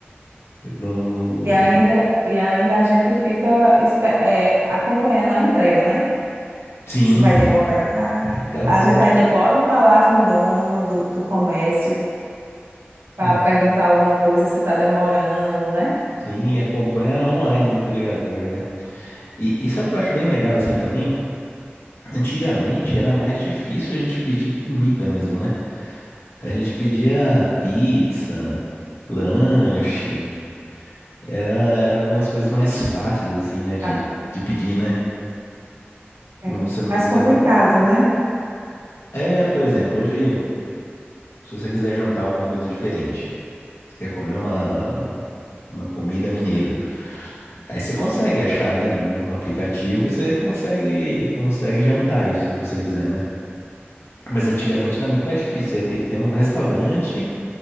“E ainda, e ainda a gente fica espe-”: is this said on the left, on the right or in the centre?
Right